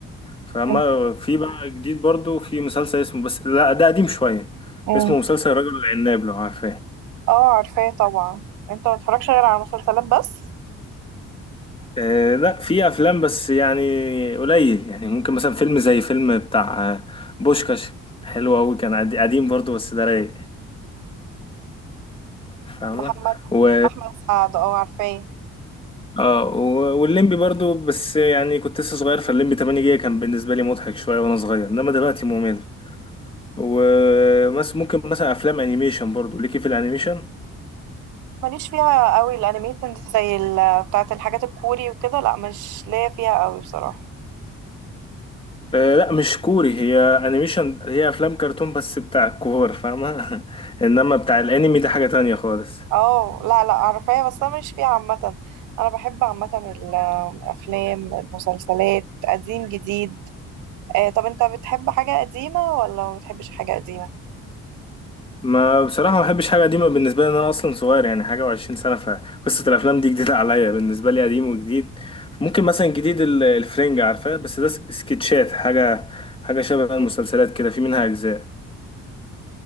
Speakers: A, on the left; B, on the right.
A: فأما
B: انت-
A: في بقى جديد برضو في مسلسل اسمه بس لا ده قديم شوية
B: مم.
A: اسمه مسلسل الرجل العناب لو عارفاه
B: اه عارفاه طبعا انت ما بتتفرجش غير على مسلسلات بس
A: آه، لا في أفلام بس يعني قليل يعني ممكن مثلا فيلم زي فيلم بتاع آه، بوشكاش حلو أوي كان قدي- قديم برضو بس ده رايق فاهمة
B: محمد
A: و
B: احمد سعد اه عارفاه
A: اه و- والليمبي برضو بس يعني كنت لسه صغير فالليمبي 8 جيجا كان بالنسبة لي مضحك شوية وانا صغير انما دلوقتي ممل ومس ممكن مثلا افلام انيميشن برضو ليكي في الانيميشن
B: ماليش فيها قوي الانيميشن دي زي ال- بتاعه الحاجات الكوري وكده لا مش ليا فيها قوي بصراحه
A: آه لا مش كوري هي انيميشن هي افلام كرتون بس بتاع الكور فاهمة <laughs> انما بتاع الانمي ده حاجة تانية خالص
B: اه لا لا عارفاها بس انا ماليش فيها عامه انا بحب عامه الافلام المسلسلات قديم جديد آه طب انت بتحب حاجه قديمه ولا ما بتحبش حاجه قديمه
A: ما بصراحة ما بحبش حاجة قديمة بالنسبة لي إن أنا أصلا صغير يعني حاجة وعشرين سنة فقصة الأفلام دي جديدة عليا بالنسبة لي قديم وجديد ممكن مثلا جديد ال- الفرنجة عارفاه بس ده س- سكتشات حاجة حاجة شبه المسلسلات كده في منها أجزاء